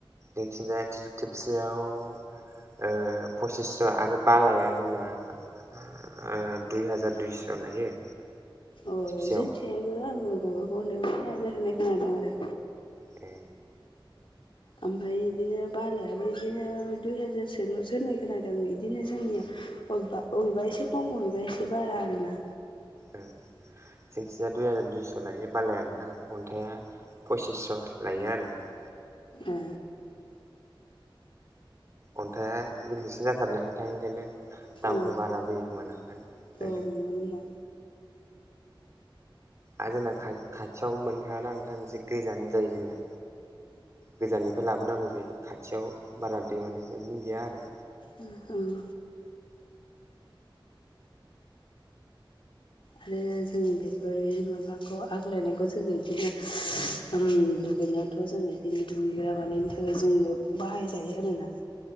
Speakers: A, on the right; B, on the left.
A: जोंथिंजाया थिथ'थिबसेयाव ओ पसिसस' आरो बालाया जोंना ओ दुइ हाजार दइस' लायो।
B: अ
A: खेबसेयाव
B: जोंन्थिआयबो आङो माबाखौ <unintelligible> होननाय खोनादों आरो।
A: ए
B: आमफ्राय इदिनो बालायाबो इदिनो दुइ हाजारसोल'सो होन्नाय खोनादों इदिनो जोंनिया
A: उम
B: अबेबा अबेबा एसे खम बबेबा एसे बारा आरोना।
A: ओ। जोंथिंजाय दुइ हाजार दुइस' लायो बालाया नोंथां अन्थाइआ पसिसस' लायो आरो नोंथां।
B: ए।
A: अन्थाया गिलिरसिन जाथारोना नोंथां ओंखायनो
B: औ
A: दामखौ बारा बोयो खोमा ना नोंथां <unintelligible>
B: औ नंगौ नोंथां
A: आ जोना खा-खाथियाव मोननो थाङा ना नोंथां एसे गोजान जायो जोंना। गोजाननिफाय लाबोनांगौ जायो खाथियाव बारा दैमा दै इदिनो गैया आरो।
B: उम उम। आलो जों बेफोर माबाखौ आग्लायनायखौ जोङो इदिनो ओम दुगैनायाथ' जों इदिनो दुगैग्रा बानायनो थाखाय जोंनो बाहायजायो आरोना।